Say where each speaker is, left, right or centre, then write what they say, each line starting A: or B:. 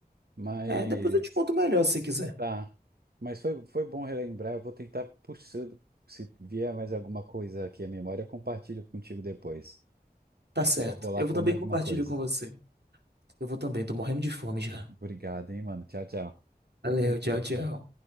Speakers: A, on the right; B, on the right.
A: Mas
B: É, depois eu te conto melhor se você quiser.
A: tá. Mas foi, foi bom relembrar. Eu vou tentar puxar. Se vier mais alguma coisa aqui à memória, eu compartilho contigo depois.
B: Tá
A: Agora
B: certo.
A: eu vou lá
B: Eu
A: comer
B: vou também
A: alguma
B: compartilho
A: coisa.
B: com você. Eu vou também, tô morrendo de fome já.
A: Obrigado, hein, mano. Tchau, tchau.
B: Valeu, tchau, tchau.